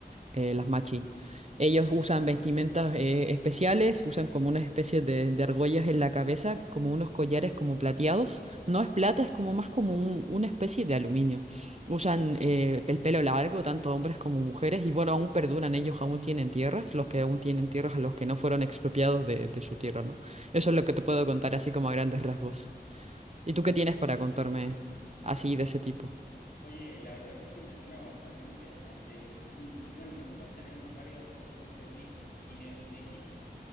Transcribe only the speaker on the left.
Oye, la verdad es que me suena bastante interesante. Mm, Pues bueno, nosotros tenemos varios grupos étnicos aquí en México.